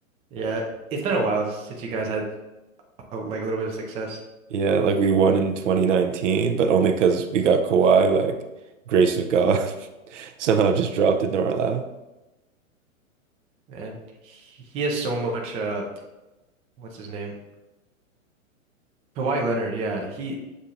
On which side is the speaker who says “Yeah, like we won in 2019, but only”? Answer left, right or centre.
Right